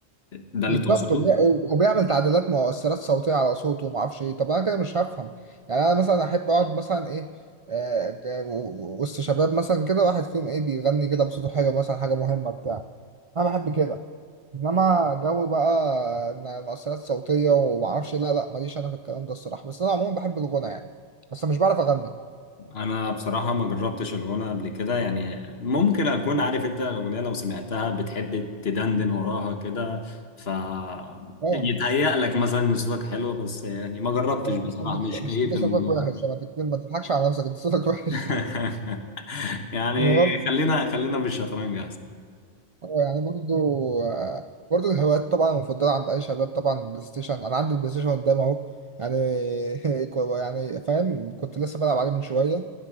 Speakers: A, on the left (about 65°); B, on the right (about 50°).
A: ده اللي
B: بالظبط
A: تقصده
B: وبي- وبيعمل تعديلات مؤثرات صوتيه على صوته وما اعرفش ايه طب انا كده مش هفهم يعني انا مثلا احب اقعد مثلا ايه آه، ج- وسط شباب مثلا كده واحد فيهم ايه بيغني كده بصوته حلو مثلا حاجه مهمه بتاع انا بحب كده انما جو بقى إن مؤثرات صوتيه وما اعرفش إيه، لا لا ماليش انا في الكلام ده الصراحه بس انا عموما بحب الغنى يعني بس مش بعرف اغني
A: انا بصراحة ما جربتش الغنى قبل كده يعني ممكن اكون عارف انت الاغنية لو سمعتها بتحب تدندن وراها كده ف
B: اه
A: يتهيأ لك مثلا ان صوتك حلو بس يعني ما جربتش
B: بس
A: بصراحة
B: انت
A: مش كيف
B: بس أنت صوتك
A: الموضوع
B: وحش
A: ده
B: انا ما تضحكش على نفسك انت صوتك وحش
A: <laughs>
B: <laughs>
A: يعني
B: انا برضه
A: خلينا خلينا في الشطرنج
B: هو يعني برضو آه، برضو الهوايات طبعا المفضلة عند أي شباب طبعا بلاي ستيشن أنا عندي بلاي ستيشن قدام أهو يعني <laughs> كو- يعني فاهم كنت لسه بلعب عليه من شوية